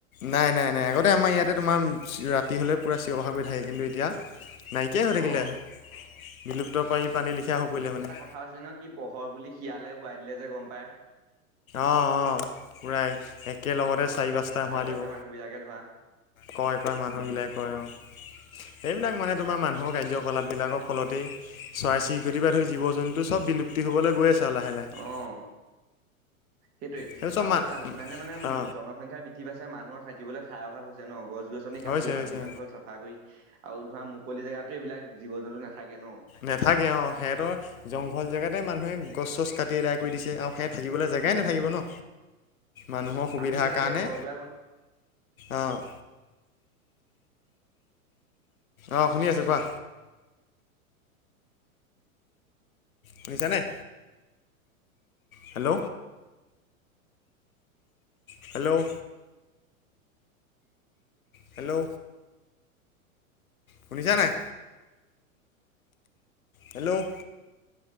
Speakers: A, on the left; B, on the right.
A: নাই নাই নাই আগতে আমাৰ ইয়াতে তোমাৰ ৰাতি হলেও পুৰা চিঞৰ বাসৰ কৰি থাকে। কিন্তু এতিয়া, নাইকিয়াই হৈ থাকিলে।
B: অ
A: বিলুপ্ত পাৰি পানী লিখীয়া হৈ পৰিলে মানে।
B: <unintelligible> পোহৰ বুলি শিয়ালে হোৱাই দিলে যে গম পায়।
A: অঁ অঁ পুৰা একেলগতে চাৰি পাচ - <unintelligible> হোৱা
B: আগৰ
A: দিব
B: দিনৰ মানুহ বিলাকে ধৰা
A: কয় কয় মানুহগিলাই
B: উম
A: কয় অ সেইবিলাক মানে তোমাৰ মানুহৰ কাৰ্যকলাপ বিলাকৰ ফলতেই। চৰাই চিৰিকটি বা ধৰিকে জীৱ জন্তু চব বিলুপ্তি হ'বলৈ গৈ আছে আৰু লাহে লাহে।
B: অ সেইটোৱে
A: সেইটো চব
B: আৰু
A: মান
B: চোৱা যিমানে মানে উম
A: অ
B: জনসংখ্যা বৃদ্ধি, সি পাছে মানুহৰ থাকিবলৈ ঠাই অভাৱ হৈছে ন। গছ গছনি কাটি
A: হৈছে
B: হাবি
A: হৈছে
B: জংঘল চপ, চাফা কৰি আৰু ধৰা মুকলি জেগাতে এইবিলাক জীৱ জন্তু নাথাকে ন।
A: নাথাকে অ' আৰু সিহঁতৰ জংঘল জেগাতে মানুহে গছ চছ কাটি আদাই কৰি দিছে। আৰু সিহঁত, থাকিবলৈ জেগাই
B: উম
A: নাথাকিব ন, মানুহৰ সুবিধাৰ
B: আমি যেনেকে
A: কাৰণে।
B: ঘৰ দুৱাৰ
A: অ' অঁ শুনি আছো কোৱা, শুনিছা নাই হেল্ল'। Hello ' hello? শুনিছা নাই? হেল্ল'